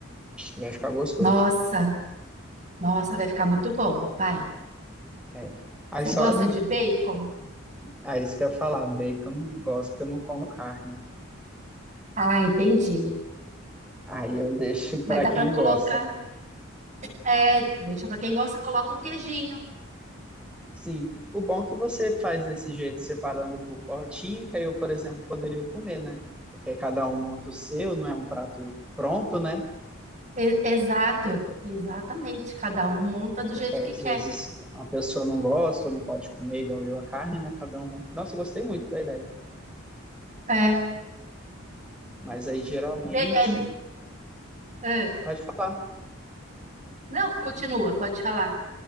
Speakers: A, in the centre; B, on the right.
A: acho que vai ficar gostoso.
B: Nossa, nossa, vai ficar muito bom, vai.
A: É. Aí
B: Você
A: só,
B: gosta de bacon?
A: aí isso que eu ia falar, bacon eu não gosto porque eu não como carne.
B: Ah, entendi.
A: Aí eu deixo para
B: Mas dá
A: quem
B: para
A: gosta,
B: colocar.
A: né?
B: É, deixa para quem gosta, coloca um queijinho.
A: Sim, o bom é que você faz desse jeito, separando por potinho, que aí eu, por exemplo, poderia comer, né? Porque aí cada um monta o seu, não é um prato pronto, né?
B: E- exato, exatamente. Cada um monta do
A: Porque
B: jeito
A: às
B: que quer.
A: vezes a pessoa não gosta ou não pode comer igual eu a carne, né? Cada um monta. Nossa, eu gostei muito da ideia.
B: é
A: Mas aí geralmente,
B: Be- é, é.
A: pode falar.
B: não, continua, pode falar.